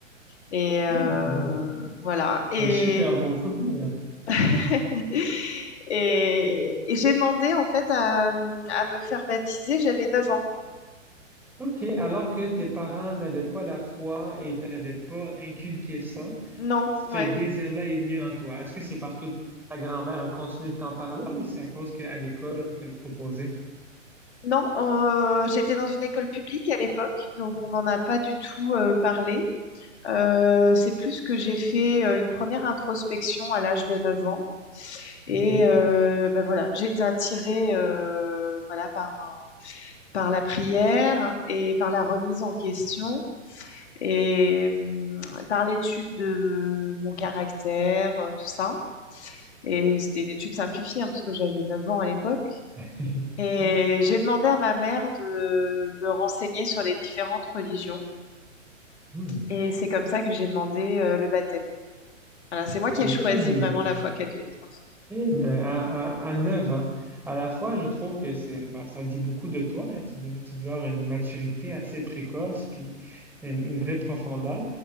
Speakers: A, on the left; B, in the centre.
A: Et euh,
B: Oui, C'est un
A: voilà. Et,
B: c'est un super beau souvenir.
A: <laughs> et, et j'ai demandé en fait à, à me faire baptiser. J'avais 9 ans.
B: OK, alors que tes parents n'avaient pas la foi et t'avaient pas inculqué ça,
A: Non,
B: ce
A: ouais.
B: désir-là est venu en toi? Est-ce que c'est parce que ta grand-mère a continué de t'en parler ou c'est à cause qu'à l'école, on te le proposait?
A: Non, euh, j'étais dans une école publique à l'époque, donc on n'en a pas du tout euh, parlé. Euh, c'est plus que j'ai fait euh, une première introspection à l'âge de 9 ans. Et
B: OK.
A: euh, ben voilà, j'ai été attirée euh, voilà, par, par la prière et par la remise en question et euh, par l'étude de mon caractère, euh, tout ça. Et c'était une étude simplifiée, hein, parce que j'avais 9 ans à l'époque.
B: <laughs>
A: Et j'ai demandé à ma mère de me renseigner sur les différentes religions.
B: Hmm,
A: Et c'est comme ça que j'ai demandé euh, le baptême. Voilà, c'est moi qui
B: C'est
A: ai choisi
B: fabuleux.
A: vraiment la foi catholique. en fait.
B: Eh ben, à, à, à 9 ans, à la fois, je trouve que c'est, ben, ça dit beaucoup de toi. hein. Tu, dois tu dois avoir une maturité assez précoce, puis une, une vraie profondeur.